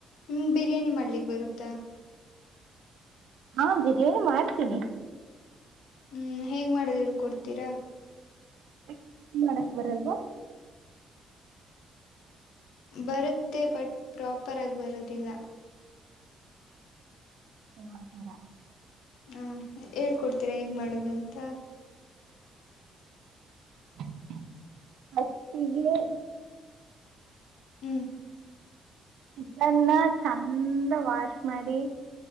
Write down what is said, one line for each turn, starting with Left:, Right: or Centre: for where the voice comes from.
Left: ನಿಮ ಬಿರಿಯಾನಿ ಮಾಡ್ಲಿಕ್ ಬರುತ್ತಾ
Right: ಹಾ ಬಿರಿಯಾನಿ ಮಾಡ್ತೀನಿ
Left: ಹ್ಮ್ ಹೇಗ್ ಮಾಡದು ಹೇಳ್ಕೊಡ್ತೀರಾ
Right: ಯ್ಕ್ ಮಾಡಕ್ ಬರಲ್ವಾ
Left: ಬರುತ್ತೆ ಬಟ್ ಪ್ರಾಪರ್ ಆಗಿ ಬರೋದಿಲ್ಲ
Right: ಓ ಆತರ
Left: ಹಾ ಹೇಳ್ಕೊಡ್ತೀರಾ ಹೇಗ್ ಮಾಡುದು ಅಂತ
Right: ಹ ಫರ್ಸ್ಟ್ಗೆ
Left: ಹ್ಮ್
Right: ಚಿಕೆನ್ ನಾ ಚಂದ ವಾಶ್ ಮಾಡಿ